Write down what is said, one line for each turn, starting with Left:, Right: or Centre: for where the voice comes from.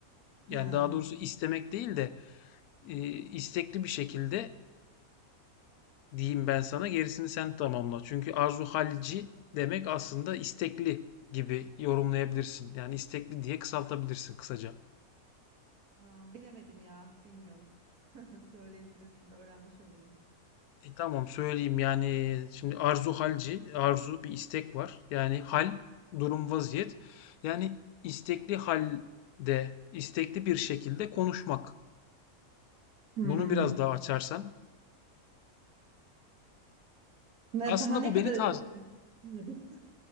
Left: Yani
Right: Ha.
Left: daha doğrusu istemek değil de e, istekli bir şekilde diyeyim ben sana gerisini sen tamamla. Çünkü arzu halci demek aslında istekli gibi yorumlayabilirsin. Yani istekli diye kısaltabilirsin kısaca.
Right: Aa, bilemedim ya, bilmiyorum. <laughs> Söyleyebilirsin, öğrenmiş olayım.
Left: E, tamam söyleyeyim yani şimdi arzu halci, arzu bir istek var. Yani hal, durum, vaziyet. Yani istekli halde, istekli bir şekilde konuşmak.
Right: Hmm.
Left: Bunu biraz daha açarsan.
Right: Ne,
Left: Aslında
Right: daha ne
Left: bu
Right: kadar
Left: beni tarif
Right: açabiliriz?